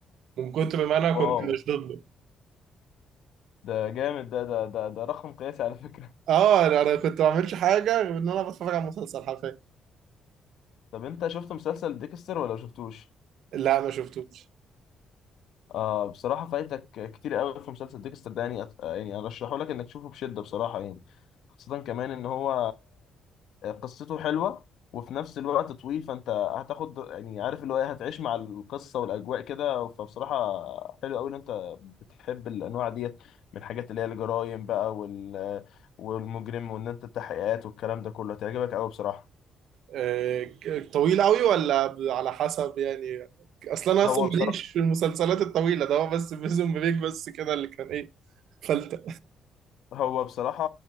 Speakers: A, on the right; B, on the left.
A: من كتر ما أنا كنت
B: واو
A: مشدود
B: ده جامد ده ده ده ده رقم قياسي على فكره
A: اه انا أنا كنت ما بعملش حاجه غير ان انا بتفرج على مسلسل حرفيا
B: طب انت شفت مسلسل ديكستر ولا ما شفتوش؟
A: لا ما شفتوش
B: آه بصراحة فايتك كتير قوي في مسلسل ديكستر ده يعني أت- يعني أرشحه لك إنك تشوفه بشدة بصراحة يعني خاصة كمان إن هو آه، قصته حلوة وفي نفس الوقت طويل فأنت هتاخد يعني عارف اللي هو إيه هتعيش مع القصة والأجواء كده فبصراحة حلو قوي إن أنت بتحب الأنواع ديت من الحاجات اللي هي الجرايم بقى وال والمجرم وإن أنت التحقيقات والكلام ده كله هتعجبك قوي بصراحة
A: آه، ك- طويل قوي ولا ب- على حسب يعني اصلا انا اصلا
B: هو بصراحة
A: ماليش في المسلسلات الطويله ده هو بس بريزون بريك بس كده اللي كان ايه فلتة
B: هو بصراحة